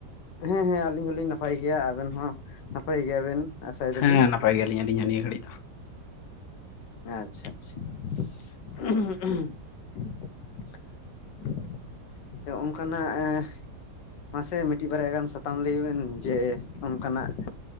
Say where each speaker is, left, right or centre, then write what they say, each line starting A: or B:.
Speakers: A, on the left; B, on the left.
A: <unintelligible> ᱦᱮᱸ ᱦᱮᱸ ᱟᱞᱤᱧ ᱦᱩᱞᱤᱧ ᱱᱟᱯᱟᱭ ᱜᱮᱭᱟ, ᱟᱵᱮᱱ ᱦᱚᱸ ᱱᱟᱯᱟᱭ ᱜᱮᱭᱟᱵᱮᱱ ᱟᱥᱟᱭ ᱫᱟᱞᱤᱧ᱾
B: ᱦᱮᱸ ᱱᱟᱯᱟᱭ ᱜᱮᱭᱟᱞᱤᱧ ᱟᱞᱤᱧ ᱦᱚᱸ ᱱᱤᱭᱟᱹ ᱜᱷᱟᱹᱲᱤᱡ ᱫᱚ᱾
A: ᱟᱪᱪᱷᱟ ᱟᱪᱪᱷᱟ <unintelligible> <unintelligible> ᱚᱱᱠᱟᱱᱟᱜ ᱮᱸ ᱢᱟᱥᱮ ᱢᱤᱫᱴᱤᱡ ᱵᱟᱨᱭᱟ ᱜᱟᱱ ᱥᱟᱛᱟᱢ ᱞᱟᱹᱭ ᱵᱤᱱ ᱡᱮ ᱚᱱᱠᱟᱱᱟᱜ